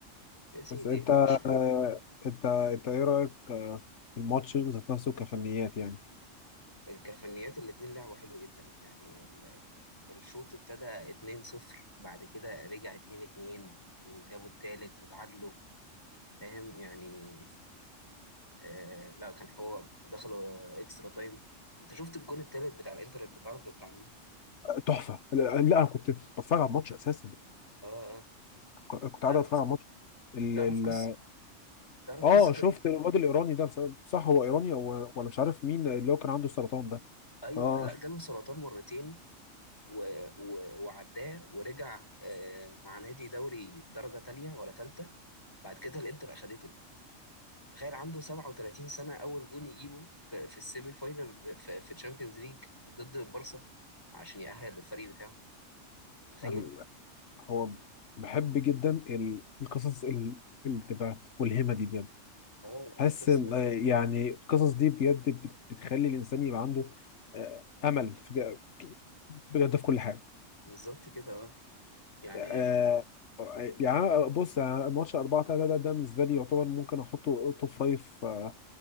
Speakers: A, on the left; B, on the left.
A: يا سيدي
B: بس أنت
A: ماشي
B: آه، أنت أنت إيه رأيك آه، في الماتش ذات نفسه كفنيات يعني؟
A: كفنيات الاتنين لعبوا حلو جدا يعني ال- الشوط ابتدى 2-0 بعد كده رجع 2-2 وجابوا التالت وتعادلوا فاهم يعني آه لا كان حوار ودخلوا اكسترا تايم انت شفت الجون التالت بتاع الانتر انت تعرف ده بتاع مين؟
B: تحفه لا لا، انا كنت بتفرج على الماتش اساسا
A: اه اه
B: كنت
A: لا
B: قاعد اتفرج على الماتش ال
A: تعرف
B: ال
A: قصة تعرف
B: اه
A: قصة
B: شفت
A: ال...
B: الواد الايراني ده بس- صح هو ايراني هو ولا مش عارف مين اللي هو كان عنده السرطان ده
A: أيوة
B: اه
A: لا جاله سرطان مرتين و... و... وعداه ورجع آه، مع نادي دوري درجة تانية ولا تالتة بعد كده الإنتر أخدته تخيل عنده 37 سنة أول جون يجيبه في, في السيمي فاينال في, في تشامبيونز ليج ضد البارسا عشان يأهل الفريق بتاعه تخيل
B: ال- هو بحب جدا ال- القصص ال- اللي بتبقى ملهمه دي بجد
A: اه
B: حاسس
A: اتكسر
B: إن- آه، يعني القصص دي بجد بت- بتخلي الانسان يبقى عنده آه، امل في- بجد في كل
A: بز-
B: حاجه
A: بالظبط كده اه يعني
B: آه
A: ال-
B: آه، يعني أنا- بص يعني ماتش 4 3 ده ده بالنسبه لي يعتبر ممكن احطه توب فايف آه،